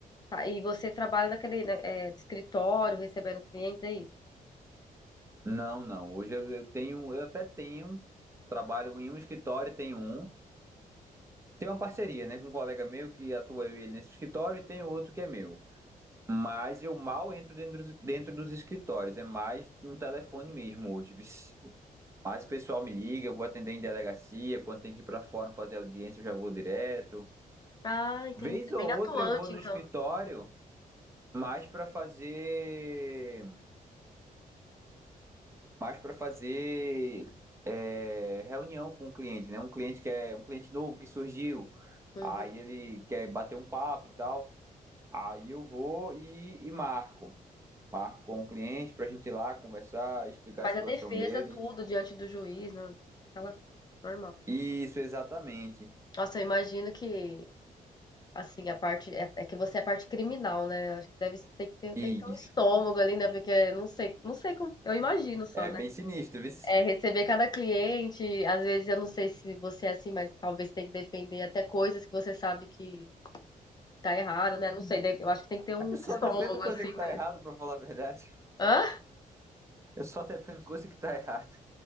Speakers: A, on the left; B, on the right.
A: Tá, e você trabalha naquele, né, é, escritório, recebendo clientes, é isso?
B: Não, não. Hoje eu eu tenho, eu até tenho Trabalho em um escritório, tenho um. tem uma parceria, né, com um colega meu que atua eu e ele nesse escritório e tem outro que é meu. Mas eu mal entro dentro, dentro dos escritórios, é mais no telefone mesmo hoje. bis. Mas o pessoal me liga, eu vou atender em delegacia, quando tem que ir para fora fazer audiência, eu já vou direto.
A: Ah, entendi.
B: Vez
A: Você é
B: ou
A: bem
B: outra
A: atuante,
B: eu vou no
A: então.
B: escritório, mais para fazer, mais para fazer é, reunião com o cliente, né? Um cliente que é um cliente novo que surgiu,
A: Uhum.
B: Aí ele quer bater um papo e tal. Aí eu vou e, e marco. Marco com o cliente pra gente ir lá conversar, explicar
A: Faz
B: a situação
A: a defesa,
B: dele.
A: tudo, diante do juiz, né? Aquela normal.
B: Isso, exatamente.
A: Nossa, eu imagino que, assim, a parte. É, é que você é parte criminal, né? Acho que deve ter, que ter
B: Isso.
A: tem que ter um estômago ali, né? Porque não sei, não sei como. Eu imagino só,
B: É
A: né?
B: bem sinistro, viu?
A: É, receber cada cliente, às vezes eu não sei se você é assim, mas talvez tenha que defender até coisas que você sabe que tá errado, né? Não sei, eu acho que tem que ter um
B: Eu só
A: estômago,
B: defendo coisa
A: assim,
B: que tá
A: né?
B: errado, pra falar a verdade.
A: Hã?
B: Eu só defendo coisa que tá errada.